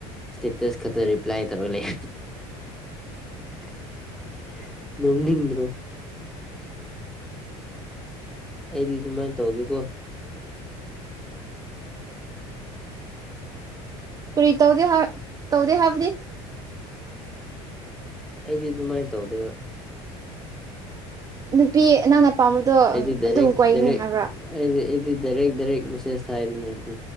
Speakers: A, in the centre; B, on the right.
A: ꯁꯇꯦꯇꯁ ꯈꯥꯇ ꯔꯤꯄ꯭ꯂꯥꯏ ꯇꯧꯔ ꯂꯩ <unintelligible> ꯅꯣꯛꯅꯤꯡꯗ꯭ꯔꯣ ꯑꯩꯗꯤ ꯑꯗꯨꯃꯥꯏ ꯇꯧꯗꯦꯀꯣ
B: ꯀꯔꯤ ꯇꯧꯗꯦ ꯍꯥ ꯇꯧꯗꯦ ꯍꯥꯏꯕꯗꯤ
A: ꯑꯩꯗꯤ ꯑꯗꯨꯃꯥꯏꯅ ꯇꯧꯗꯦꯕ
B: ꯅꯨꯄꯤ ꯅꯪꯅ ꯄꯥꯥꯝꯕꯗꯣ ꯑꯥ
A: ꯑꯩꯗꯤ ꯗꯥꯏꯔꯦꯛ
B: ꯑꯗꯨꯝ ꯀꯣꯏꯒꯅꯤ
A: ꯗꯥꯏꯔꯦꯛ
B: ꯍꯥꯏꯕ꯭ꯔꯥ
A: ꯑꯩꯗꯤ ꯑꯩꯗꯤ ꯗꯥꯏꯔꯦꯛ ꯗꯥꯏꯔꯦꯛ ꯃꯦꯁꯦꯁ ꯊꯥꯏꯗꯅ ꯑꯩꯗꯤ